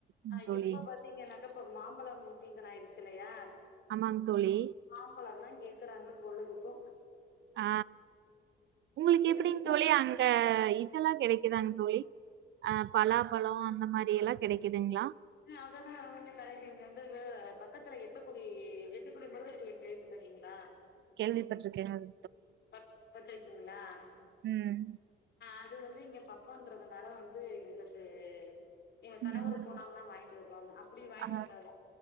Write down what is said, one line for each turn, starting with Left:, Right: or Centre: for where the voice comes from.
Right: ம்
Left: அ
Right: தோழி.
Left: இப்ப பாத் பத்தீங்கன்னாக்கா இப்ப ஒரு மாம்பழம் சீசன் ஆயிடுச்சில்லையா
Right: அமாங் தோழி
Left: மாம்பழம் தா கேக்குறாங்க கொழுதுக்கு
Right: அ உங்களுக்கு
Left: விரும்பி
Right: எப்டிங் தோழி
Left: சாப்பற
Right: அங்க எல்லாம் கெடைக்குதாங் தோழி அ பலாபழோ அந்த மாரி எல்லா கெடைக்குதுங்ளா
Left: அதெல்லா வந்து கடைசில வந்து கொ பக்கத்துல எட்டுக்குடி எட்டு குடி முருகர் கோயில் பிளேஸ் பாத்தீங்ளா
Right: கேள்வி பட்ருக்கே அது
Left: பட் பட்ருக்கீங்ளாஅ
Right: ம்.
Left: அது வந்து இங்க பக் கோன்றதுனால வந்து எங்களுக்கு எங்க
Right: ம்.
Left: கணவர் போனாங்கனா வாய்ன்ட்டு வருவாங்க அப்டி வய்ன்ட்டு
Right: ஆ.
Left: வந்தா தா